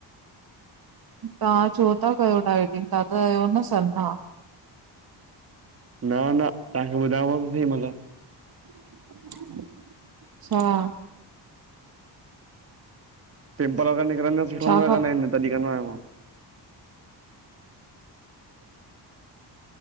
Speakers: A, on the right (about 55°); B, on the right (about 35°).
A: तव्हां छो था कयो डाइटिंग, तव्हां त आयो न सना?
B: न न, तव्हांखे ॿुधायांव ओॾी मल
A: अच्छा।
B: पिंपल वगैर निकणंदा त सुठो
A: छा
B: न
A: खा
B: लॻना इन त कडीं कंदो आयां मां।